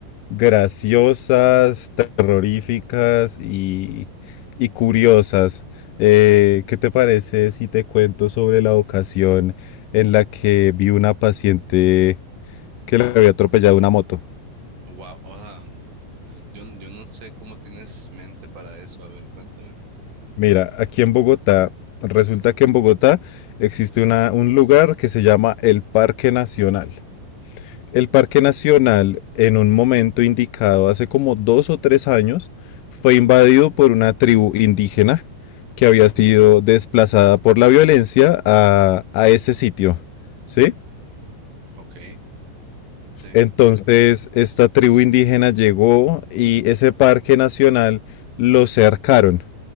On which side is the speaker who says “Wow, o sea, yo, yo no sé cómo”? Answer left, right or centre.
Right